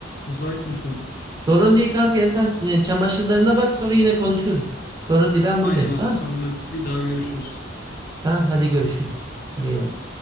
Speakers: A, on the left; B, on the right.
A: Müsait misin?
B: Sorun değil kanka ya sen e, çamaşırlarına bak sonra yine konuşuruz. Sorun değil ben
A: Aynen
B: buradayım
A: abi
B: tamam.
A: sonra bir daha görüşürüz.
B: Tamam hadi görüşürüz. Hadi iyi bak.